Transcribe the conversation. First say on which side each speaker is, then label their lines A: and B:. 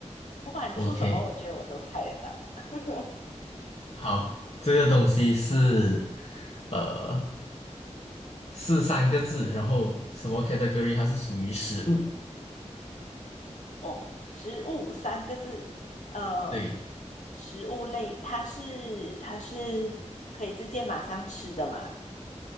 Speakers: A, on the left; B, on the left.
A: 不管出什么，
B: ，OK，
A: 我觉得我都猜得到。<laughs>
B: 好，这个东西是呃是三个字，然后什么 category 它是属于食物，
A: 哦，食物三个字，呃，
B: 对
A: 食物类，它是它是可以直接马上吃的嘛？